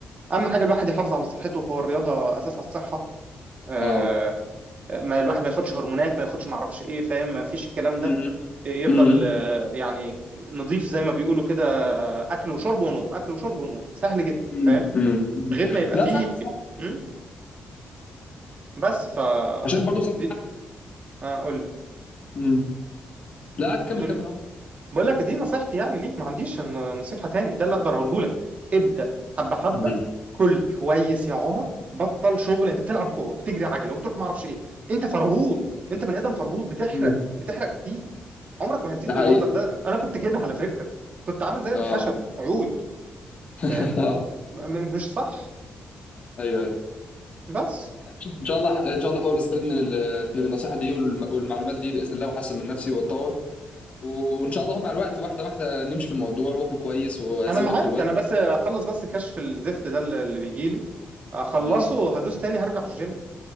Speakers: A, on the right (about 45°); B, on the left (about 40°).
A: اهم حاجه الواحد يحافظ على صحته هو الرياضه اساسها الصحه آه،
B: اه
A: ما الواحد ما ياخدش هرمونات ما ياخدش ما اعرفش ايه فاهم مفيش الكلام ده
B: امم
A: يفضل
B: امم
A: آه، يعني نضيف زي ما بيقولوا كده آه، اكل وشرب ونوم اكل وشرب ونوم سهل جدا
B: امم
A: فاهم
B: أمم.
A: غير ما يبقى
B: لا
A: فيه
B: صح صح
A: مم. بس ف
B: عشان برضو صح
A: دي آه قول لي
B: امم لا عادي كمل
A: بتقول
B: كمل
A: لي
B: اه
A: بقول لك دي نصيحتي يعني ليك ما عنديش ن- نصيحة تاني ده اللي اقدر اقوله لك ابدأ حبة حبة
B: أمم.
A: كل كويس يا عمر بطل شغل انت بتلعب كورة وبتجري عجلة وبتروح ما اعرفش ايه انت فرهود انت بني ادم فرهود بتحرق
B: أمم.
A: بتحرق كتير عمرك ما هتزيد
B: ده
A: بالمنظر
B: حقيقي
A: ده انا كنت كده على فكرة كنت عامل زي الخشب
B: اه
A: عود
B: <laughs>
A: فاهم، م- مش صح
B: ايوه ايوه
A: بس
B: ان شاء الله ان شاء الله هحاول استفيد من ال- من النصيحه دي والم- والمعلومات دي باذن الله واحسن من نفسي واتطور وان شاء الله مع الوقت واحده واحده نمشي في الموضوع واكل كويس وازود
A: انا معاك
B: في الوزن
A: انا بس اخلص بس كشف الزفت ده اللي اللي بيجي لي اخلصه
B: امم
A: هدوس تاني هرجع الجيم